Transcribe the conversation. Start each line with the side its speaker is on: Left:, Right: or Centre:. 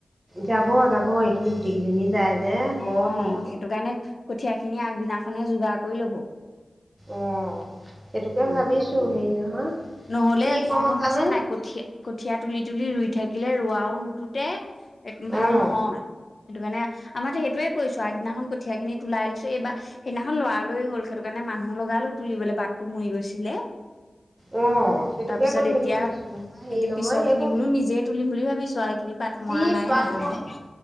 Right: যাব যাব, এইখিনি গোটেইকেইজনী যায়। যে বৰ
Left: অ',
Right: হেৰি
Left: সেইটো কাৰণে কঠীয়াখিনি আগদিনাখনে যোগাৰ কৰি ল'ব।
Right: অ', সেইটোকে
Left: উম
Right: ভাবিছো হেৰি নহয়।
Left: নহ'লে
Right: কি কওঁ
Left: গম
Right: জানো
Left: পাইছে নাই কঠীয়া কঠীয়া তুলি তুলি ৰুই থাকিলে ৰোৱাও তে ভাল
Right: অঁ
Left: নহয় সেইটো কাৰণে আমাৰ সেইটোৱে কৰিছো আগদিনাখন কঠীয়াখিনি তোলাই লৈছো এইবাৰ সেইদিনাখন লৰালৰি হ'ল সেইটো কাৰণে মানুহ লগালো তুলিবলৈ বাটটো মৰি গৈছিলে।
Right: অ', সেইটোকে
Left: তাৰ পিছত
Right: কৰিম
Left: এতিয়া
Right: বুলি ভাবিছো নবা হেৰি
Left: এতিয়া
Right: নহয়
Left: পিছৰ
Right: এইবোৰ
Left: খিনি বোলো নিজে তুলিম বুলি ভাবিছো আৰু এইখিনি বাট
Right: যি
Left: মৰা নাই
Right: পাওঁ
Left: লাহে লাহে।
Right: আৰু